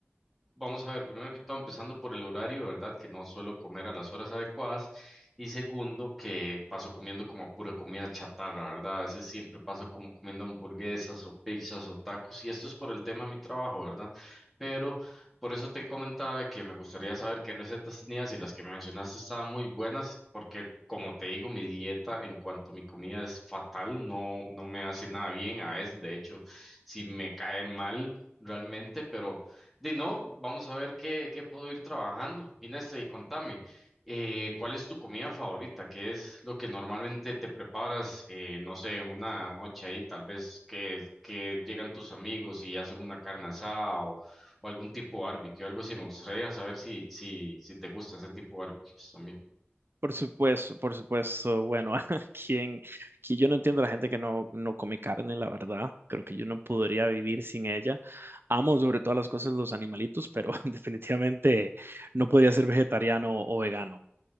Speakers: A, in the centre; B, on the right (about 60°).
A: Vamos a ver, primero que todo, empezando por el horario, ¿verdad? Que no suelo comer a las horas adecuadas. Y segundo, que paso comiendo como pura comida chatarra, ¿verdad? A veces siempre paso como comiendo hamburguesas o pizzas o tacos. Y esto es por el tema de mi trabajo, ¿verdad? Pero por eso te comentaba de que me gustaría saber qué recetas tenías y las que me mencionaste estaban muy buenas, porque como te digo, mi dieta en cuanto a mi comida es fatal, no, no me hace nada bien. A veces, de hecho, si me cae mal realmente, pero... De no, vamos a ver qué, qué puedo ir trabajando. Inés, y contame, eh, ¿cuál es tu comida favorita? ¿Qué es lo que normalmente te preparas, eh, no sé, una noche ahí, tal vez que, que llegan tus amigos y hacen una carne asada o, o algún tipo de barbecue, algo así? Me gustaría saber si, si, si te gusta ese tipo de barbecues también.
B: Por supuesto, por supuesto. Bueno, <laughs> quien, que yo no entiendo a la gente que no, no come carne, la verdad. Creo que yo no podría vivir sin ella. Amo sobre todas las cosas los animalitos, pero <laughs> definitivamente no podría ser vegetariano o vegano.